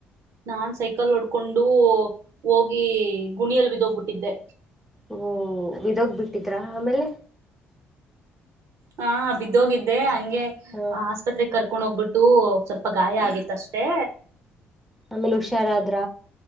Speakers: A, on the right (about 55°); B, in the centre.
A: ನಾನ್ ಸೈಕಲ್ ಒಡ್ಕೊಂಡು ಹೋಗಿ ಗುಣಿಯಲ್ ಬಿದೋಗ್ಬಿಟ್ಟಿದ್ದೆ
B: ಓ ವಿದೋಗ್ ಬಿಟ್ಟಿದ್ರ ಆಮೇಲೆ
A: ಹಾ ಬಿದ್ದೋಗಿದ್ದೆ ಹಂಗೆ
B: ಹ
A: ಆಸ್ಪತ್ರೆ ಕರ್ ಕಕೊಂಡ ಹೋಗ್ಬಿಟ್ಟು ಸ್ವಲ್ಪ ಗಾಯ ಆಗಿತ್ತ ಅಷ್ಟೇ
B: ಆಮೇಲೆ ಹುಷಾರಾದ್ರ